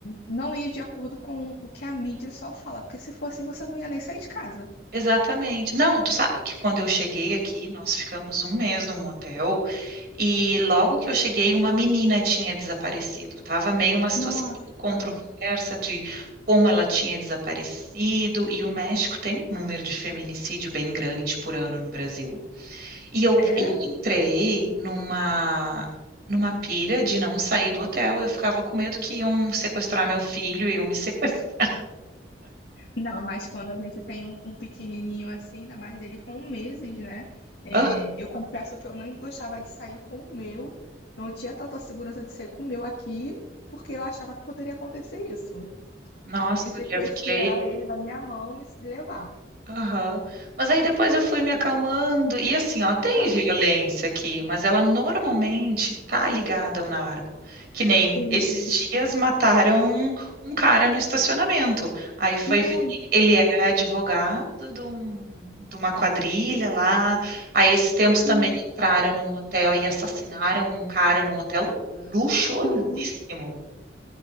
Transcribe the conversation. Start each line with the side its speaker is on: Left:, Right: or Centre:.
Left: não ir de acordo com o que a mídia só fala, porque se fosse assim, você não ia nem sair de casa.
Right: Exatamente. Não, tu sabe que quando eu cheguei aqui, nós ficamos um mês num hotel e logo que eu cheguei, uma menina tinha desaparecido. Tava meio uma situação
Left: Nossa,
Right: controversa de como ela tinha desaparecido e o México tem um número de feminicídio bem grande por ano no Brasil. E eu,
Left: é
Right: eu entrei numa numa pira de não sair do hotel. Eu ficava com medo que iam sequestrar meu filho e iam me sequestrar.
Left: Não, mas quando a gente tem um, um pequenininho assim, ainda mais ele com meses, né? É,
Right: <laughs>
Left: eu confesso que eu não gostava de sair com o meu, não tinha tanta segurança de sair com o meu aqui, porque eu achava que poderia acontecer isso.
Right: Nossa,
Left: Alguém
Right: guria,
Left: sequestrar
Right: eu fiquei
Left: ele da minha mão e se levar.
Right: Aham. Mas aí depois eu fui me acalmando. E assim, ó, tem
Left: Ah,
Right: violência aqui, mas ela normalmente tá ligada ao narco. Que nem
Left: sim.
Right: esses dias mataram um, um cara no estacionamento. Aí foi
Left: Nossa.
Right: ver, ele era advogado de, um- de uma quadrilha lá. Aí esses tempos também
Left: Uhum.
Right: entraram num hotel e assassinaram um cara num hotel luxuosíssimo.
Left: Nossa,